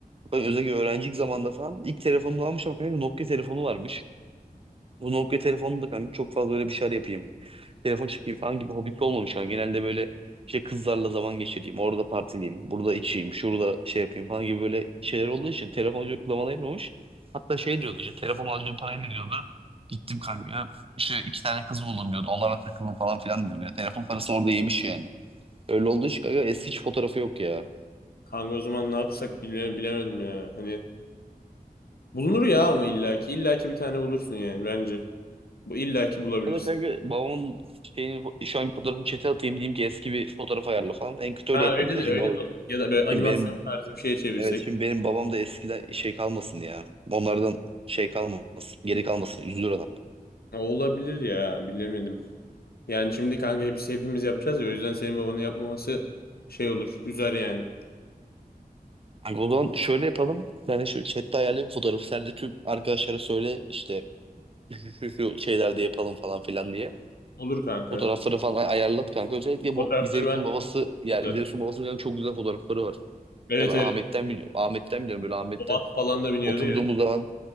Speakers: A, on the right; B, on the left.
A: Kanka özellikle öğrencilik zamanında falan ilk telefonunu almış ama kanka Nokia telefonu varmış. Bu Nokia telefonu da kanka çok fazla böyle bir şeyler yapayım. Telefon çekeyim falan gibi hobbit olmamış kanka. Genelde böyle şey kızlarla zaman geçireyim. Orada partileyim. Burada içeyim. Şurada şey yapayım falan gibi böyle şeyler olduğu için telefon çok zaman ayırmamış. Hatta şey diyordu işte telefon alacağım parayı ne diyordu. Gittim kanka. işte iki tane kız buldum diyordu. Onlarla takıldım falan filan diyordu. Ya, telefon parasını orada yemiş yani. Öyle olduğu için kanka eski hiç fotoğrafı yok ya.
B: Kanka o zaman ne yapsak bile, bilemedim ya. Hani bulunur ya ama illaki illaki bir tane bulursun yani bence. Bu illaki bulabilirsin.
A: Ya da kanka babamın şeyini, şu anki fotoğrafını chat'e atayım diyeyim ki eski bir fotoğraf ayarla falan. En kötü
B: Ha
A: öyle yaparız
B: öyle
A: ya.
B: de
A: Şimdi,
B: öyle
A: baba,
B: de olur. Ya da böyle animasyon
A: şimdi benim
B: tarzı bir şeye çevirsek.
A: evet şimdi benim babam da eskiden şey kalmasın ya. Onlardan şey kalmasın. Geri kalmasın. Üzülür adam.
B: Ha, Olabilir ya bilemedim. Yani şimdi kanka hepsi hepimiz yapacağız ya o yüzden senin babanın yapmaması şey olur. Üzer yani.
A: Kanka o zaman şöyle yapalım. Ben de şu chat'te ayarlayayım fotoğrafı. Sen de tüm arkadaşlara söyle işte şu şu şu şeylerde yapalım falan filan diye.
B: Olur kanka.
A: Fotoğrafları falan ay- ayarlat kanka. Özellikle
B: Fotoğrafları
A: bu İzeysun
B: ben
A: babası
B: tuttum
A: yani İzeysun
B: zaten.
A: babasının yani çok güzel fotoğrafları var.
B: Evet
A: Ya ben
B: evet.
A: Ahmet'ten biliyorum. Ahmet'ten biliyorum böyle Ahmet'ten
B: O at falan da biniyordu
A: oturduğumuz
B: ya.
A: zaman